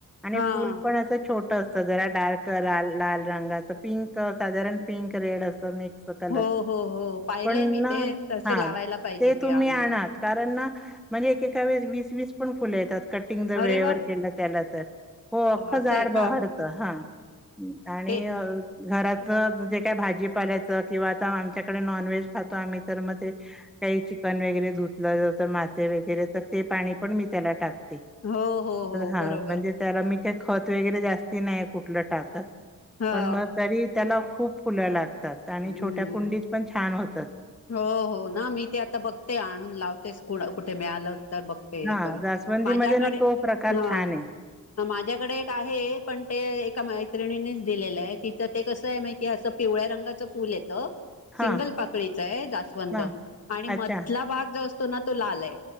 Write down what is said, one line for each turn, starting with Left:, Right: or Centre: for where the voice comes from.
Centre: आणि
Left: हा
Centre: फुल पण अस छोट असत जरा डार्क लाल लाल रंगाच पिंक साधारण पिंक रेड असत म कलर
Left: हो हो हो पाहिलंय
Centre: पण
Left: मी
Centre: ना
Left: ते तसं
Centre: हा
Left: लावायला पाहिजे
Centre: ते तुम्ही
Left: आणून
Centre: आना कारण ना म्हणजे एकेका वळेस वीस वीस पण फुले येतात कटिंग जर वेळेवर
Left: अरे वा
Centre: केलं त्याला तर हो अख्खं
Left: असं
Centre: झाड
Left: आहे
Centre: बहरत
Left: का
Centre: हा आणि
Left: हे
Centre: घरात जे काय भाजी पालायचं किंवा आता आमच्याकडे नॉनव्हेज खातो आम्ही तर म ते काही चिकन वगैरे धुतलं जस मासे वगैरे तर ते पाणी पण मी त्याला टाक
Left: हो हो हो.
Centre: हा
Left: बरोबर
Centre: म्हणजे त्याला मी काही खत वगैरे जास्ती नाही कुठलं टाकत.
Left: हा
Centre: पण मग तरी त्याला खूप फुलं लागतात आणि
Left: हम्म
Centre: छोट्या कुंडीत पण छान होत
Left: हो हो ना मी ते आता बघते आणून लावतेस कु कुठे मिळालं तर बघते हे
Centre: हां,
Left: करून
Centre: जास्वंदीमध्ये
Left: माझ्याकडे
Centre: ना तो प्रकार
Left: हा
Centre: छान आहे.
Left: ह माझ्याकडे एक आहे पण ते मैत्रिणीनीच दिलेलं आहे तिथं ते कसं आहे माहिती असं पिवळ्या रंगाचं फुल येतं
Centre: हां,
Left: सिंगल पाकळीच आहे जास्वंद
Centre: हां.
Left: आणि
Centre: अच्छा,
Left: मधला भाग जो असतो ना तो लाल आहे.